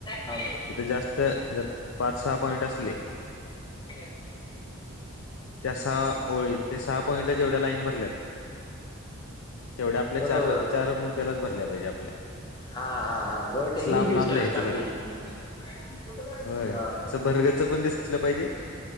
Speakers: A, on the left (about 20°); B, on the left (about 65°).
A: हा
B: तिथ जास्त जर पाच, सहा पॉईंटच लीहि.
A: <inaudible> <inaudible>
B: त्या सहा ओळी ते सहा पॉईंटला जेवढ्या लाईन भरल्यात तेवढ्या आपल्या
A: बरोबर,
B: चार चार मुद्द्यालाच भरल्या पाहिजे आपल्या
A: हा हा हा! बरोबर
B: असं
A: टेक्निक
B: लांब
A: युज
B: लांब लिहायचं
A: केलाइस चांगली.
B: सगळं
A: <unintelligible>
B: होय.
A: हा
B: असं भरगच्च पण दिसलं पाहिजे